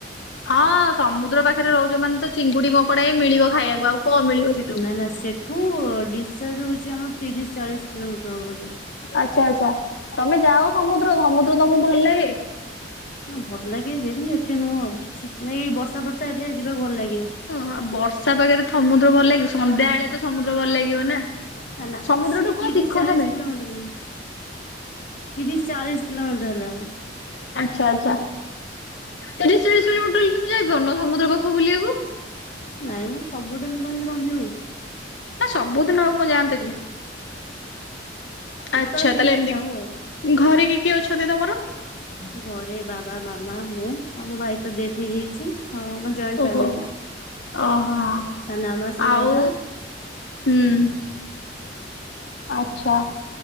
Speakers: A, on the left (about 75°); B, on the left (about 45°).
A: ହଁ ସମୁଦ୍ର ପାଖେରେ ରହୁଚ ମାନେ ତ ଚିଙ୍ଗୁଡି କଙ୍କଡା ହିଁ ମିଳିବ ଖାଇବାକୁ ଆଉ କଣ ମିଳିବ। ସେଠୁ।
B: ନା ନା ସେଠୁ ଡିସଚାର୍ଜ ହଉଚି ଆମର ତିରିଶି ଚାଳିଶି କିଲୋମିଟର ହବ ବୋଧେ।
A: ଆଚ୍ଛା ଆଚ୍ଛା ତମେ ଯାଅ ସମୁଦ୍ରକୁ ସମୁଦ୍ର ତମକୁ ଭଲ ଲାଗେ?
B: ହଁ ଭଲ ଲାଗେ ଯେ କିନ୍ତୁ ଏତେ ନୁହଁ ଆଉ ଏଇ ବର୍ଷା ଫର୍ଷା ହେଲେ ଯିବାକୁ ଭଲ ଲାଗେ।
A: ହଁ ବର୍ଷା ପାାଗରେ ଥମୁଦ୍ର ଭଲ ଲାଗିବ ସନ୍ଧ୍ୟାଏଳେ ତ ସମୁଦ୍ର ଭଲ ଲାଗିବ ନା।
B: ହେଲା
A: ସମୁଦ୍ରଠୁ
B: ସିଏ
A: କଣ
B: ତିରିଶି
A: ଶିଖ
B: ଚାଳିଶି
A: ତମେ
B: କିଲୋମିଟର। ତିରିଶି ଚାଳିଶି କିଲୋମିଟର ହେଲାଣି।
A: ଆଚ୍ଛା ଆଚ୍ଛା ତିରିଶି ଚାଳିଶି କିଲୋମିଟଲ ତମେ ଯାଇପାରୁନ ସମୁଦ୍ର ପାଖକୁ ବୁଲିବାକୁ।
B: ନାଇଁ ମ ସବୁଦିନି କେମିତି କଣ ଯିବୁ?
A: ଆ ସବୁଦିନ ଆଉ କଣ ଯାଆନ୍ତ କି
B: କେତେବେଳେ
A: ଆଚ୍ଛା
B: କେମିତି
A: ତାହେଲେ ଏମିତି।
B: ଯାଉ ଆଉ
A: ଘରେ କିଏ କିଏ ଅଛନ୍ତି ତମର?
B: ଘରେ ବାବା ମାମା ମୁଁ ଆଉ ମୋ ଭାଇ ତ ଡେଥ୍ ହେଇଯାଇଛି ହଁ। ମା ଜଏଣ୍ଟ
A: ଓହୋ।
B: ଫ୍ୟାମିଲି
A: ଓହୋ
B: ସାନାମା ସାନ
A: ଆଉ
B: ବାବା।
A: ହୁଁ ଆଚ୍ଛା।